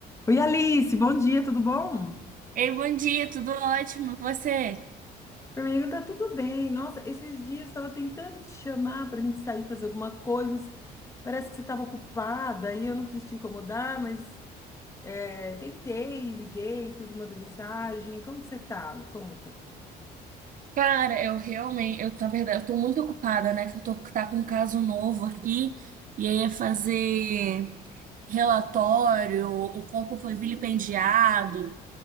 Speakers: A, on the left; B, on the right.
A: Oi, Alice, bom dia, tudo bom?
B: Ei, bom dia, tudo ótimo, e você?
A: Amigo, tá tudo bem. Nossa, esses dias eu estava tentando te chamar para a gente sair fazer alguma coisa, mas parece que você estava ocupada e eu não quis te incomodar, mas é, tentei, liguei, tudo, mandei mensagem. Como que você tá? Me conta.
B: Cara, eu realmente, eu, na verdade, eu tô muito ocupada, né? Que eu tô tá com um caso novo aqui, e aí é fazer relatório, o corpo foi vilipendiado,